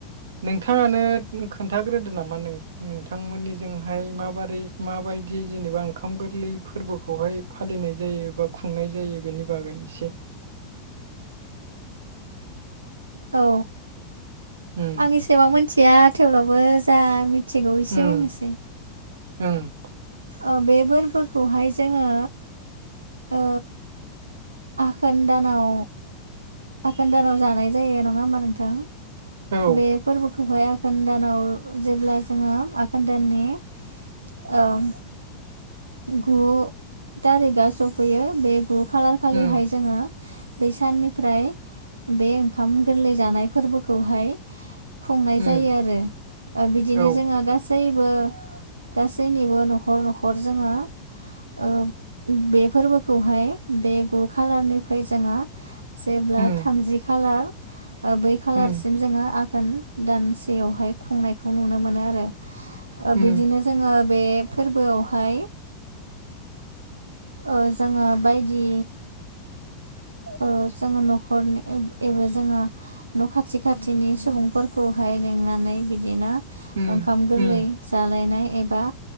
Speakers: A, on the right; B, on the right.
A: नोंथांआनो खोन्थाग्रोदो नामा नों नोंथांमोनिजोंहाय माबोरै माबायदि जेनोबा ओंखाम गोरलै फोरबोखौहाय फालिनाय जायो बा खुंनाय जायो बेनि बागै एसे
B: औ
A: उम
B: आं एसेबां मिथिआ थेवब्लाबो जा मिथि मिथिगौ एसे
A: उम
B: बुंसै
A: उम
B: ओ‌‌ बे फोरबोखौहाय जोङो ओ आघोन दानाव आघोन दानाव जानाय जायो नङा होमबा नोंथां
A: औ
B: बे फोरबोखौहाय आघोन दानाव जेब्ला जोङो आघोन दाननि औ गु थारिकआ सफैयो बे गु खालार खा खालिहाय
A: उम
B: जोङो बै साननिफ्राय बे ओंखाम गोरलै जानाय फोरबोखौहाय खुंनाय
A: उम
B: जायो आरो ओ बिदिनो
A: औ
B: जोङो गासैबो गासैबो गासैनिबो न'खर न'खर जोङो ओ बे फोरबोखौहाय बे गु खालारनिफ्राय जोङो जेब्ला
A: उम
B: थामजि खाालार ओ बै खाालारसिम
A: उम
B: जोङो आघोन दानसेआवहाय खुंनायखौ नुनो मोनो आरो ओ
A: उम
B: बिदिनो जोङो बे फोरबोआवहाय ओ जोङो बायदि ओ जोङो न'खरनि एबो जोङो न' खाथि खाथिनि सुबुंफोरखौहाय लिंनानै बिदिनो
A: उम
B: ओंखाम गोरलै
A: उम
B: जालायनाय एबा